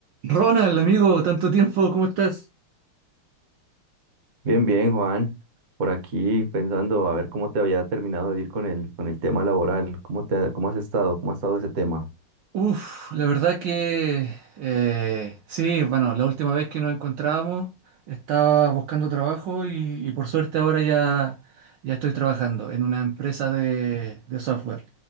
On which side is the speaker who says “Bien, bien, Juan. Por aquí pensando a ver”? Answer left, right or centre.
Right